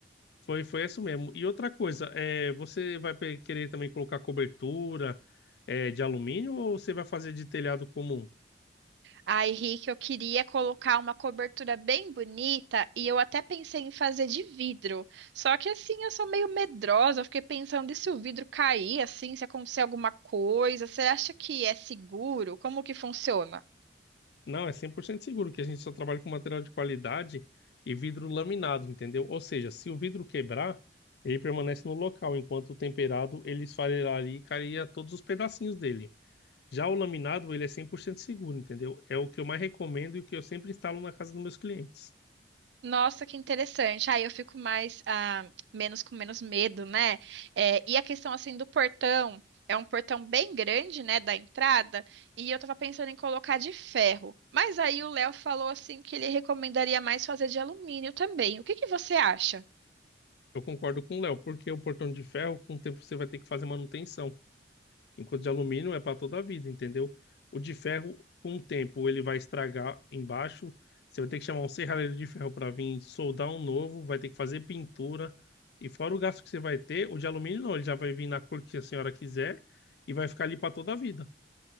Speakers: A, on the left; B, on the right.
A: Foi, foi isso mesmo. E outra coisa, é, você vai pe- querer também colocar cobertura é, de alumínio ou você vai fazer de telhado comum?
B: Ai, Rick, eu queria colocar uma cobertura bem bonita e eu até pensei em fazer de vidro. Só que assim, eu sou meio medrosa, eu fiquei pensando e se o vidro cair assim, se acontecer alguma coisa, você acha que é seguro? Como que funciona?
A: Não, é 100% seguro que a gente só trabalha com material de qualidade e vidro laminado, entendeu? Ou seja, se o vidro quebrar, ele permanece no local, enquanto o temperado ele esfarelaria e cairia todos os pedacinhos dele. Já o laminado, ele é 100% seguro, entendeu? É o que eu mais recomendo e o que eu sempre instalo na casa dos meus clientes.
B: Nossa, que interessante. Aí eu fico mais, ah, menos com menos medo, né? É, e a questão assim do portão, é um portão bem grande, né, da entrada, e eu tava pensando em colocar de ferro. Mas aí o Léo falou assim que ele recomendaria mais fazer de alumínio também. O que que você acha?
A: Eu concordo com o Léo, porque o portão de ferro, com o tempo você vai ter que fazer manutenção. Enquanto de alumínio é para toda a vida, entendeu? O de ferro, com o tempo, ele vai estragar embaixo. Você vai ter que chamar um serralheiro de ferro para vir soldar um novo, vai ter que fazer pintura. E fora o gasto que você vai ter, o de alumínio não, ele já vai vir na cor que a senhora quiser e vai ficar ali para toda a vida.